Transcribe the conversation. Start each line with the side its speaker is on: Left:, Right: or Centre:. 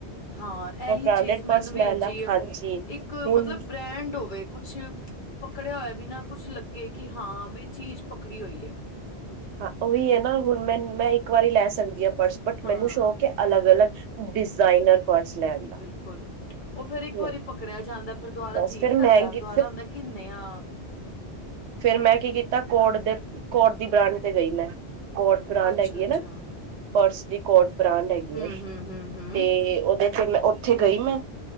Left: ਹਾਂ ਏਹੀ
Right: ਮੈਂ ਬ੍ਰਾਂਡਡ
Left: ਚੀਜ਼
Right: ਪਰਸ
Left: ਮੈਨੂੰ ਵੀ
Right: ਲੈ
Left: ਇੰਜ
Right: ਲਾ
Left: ਈ ਏ,
Right: ਹਾਂਜੀ
Left: ਇੱਕ
Right: ਹੁਣ
Left: ਮਤਲਬ ਬ੍ਰੈਂਡ ਹੋਵੇ ਕੁਛ ਪਕੜਿਆ ਹੋਇਆ ਵੀ ਨਾ ਕੁਛ ਲੱਗੇ ਕੀ ਹਾਂ ਬੀ ਚੀਜ਼ ਪਕੜੀ ਹੋਈ ਐ।
Right: ਹਾਂ ਓਈ ਐ ਨਾ ਹੁਣ ਮੈਂ ਮੈਂ ਇੱਕ ਵਾਰੀ ਲੈ ਸਕਦੀ ਆਂ। ਪਰਸ ਬਟ
Left: ਹਾਂ,
Right: ਮੈਨੂੰ ਸ਼ੌਕ ਹੈ ਅਲੱਗ ਅਲੱਗ ਡਿਜ਼ਾਇਨਰ ਪਰਸ ਲੈਣ ਦਾ
Left: ਕੁੱਲ ਉਹ ਫੇਰ ਇੱਕ
Right: ਹੂੰ,
Left: ਵਾਰੀ ਪਕੜਿਆ ਜਾਂਦਾ ਫੇਰ ਦੁਬਾਰਾ
Right: ਬਸ
Left: ਜੀਅ
Right: ਫਿਰ
Left: ਨੀ
Right: ਮਹਿੰਗੀ
Left: ਕਰਦਾ ਦੁਬਾਰਾ ਹੁੰਦਾ ਕਿ ਨਿਆ
Right: ਫੇਰ
Left: ਹੂੰ,
Right: ਮੈਂ ਕੀ ਕੀਤਾ ਕੋਡ ਦੇ ਕੋਡ ਦੀ ਬ੍ਰਾਂਡ ਤੇ ਗਈ ਮੈਂ ਕੋਡ ਬ੍ਰਾਂਡ
Left: ਅੱਛਾ-ਅੱਛਾ,
Right: ਹੈਗੀ ਹੈ ਨਾ ਪਰਸ ਦੀ ਕੋਡ ਬ੍ਰਾਂਡ ਹੈਗੀ
Left: ਹੂੰ-ਹੂੰ-ਹੂੰ-ਹੂੰ,
Right: ਏ ਤੇ ਉਹਦੇ ਫੇਰ ਮੈਂ ਉੱਥੇ ਗਈ ਮੈਂ